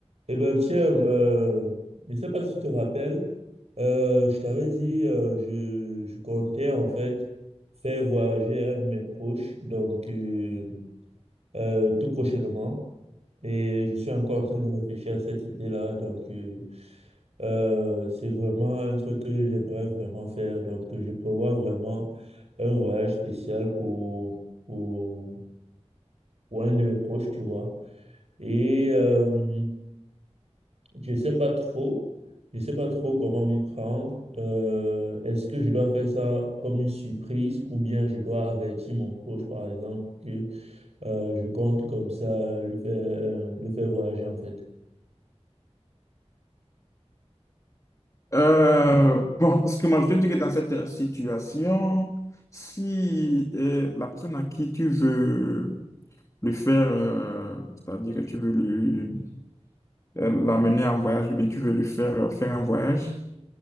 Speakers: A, on the right (about 65°); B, on the left (about 30°).
A: Eh ben tiens, euh, je ne sais pas si tu te rappelles, euh, je t'avais dit, euh, je, je comptais en fait faire voyager un de mes proches, donc euh, euh, tout prochainement. Et je suis encore en train de réfléchir à cette idée-là. Donc, euh, euh, c'est vraiment un truc que j'aimerais vraiment faire. Donc, euh, je prévois vraiment un voyage spécial pour, pour, pour un de mes proches, tu vois. Et euh, Je sais pas trop. Je sais pas trop comment m'y prendre. Euh, est-ce que je dois faire ça comme une surprise ou bien je dois avertir mon proche, par exemple, que euh, je compte comme ça lui faire, lui faire voyager en fait?
B: Euh, bon, ce que moi je te dis que dans cette situation, si euh, la personne à qui tu veux le faire, euh, c'est-à-dire que tu veux lui- euh, l'amener en voyage, ou bien tu veux lui faire euh, faire un voyage,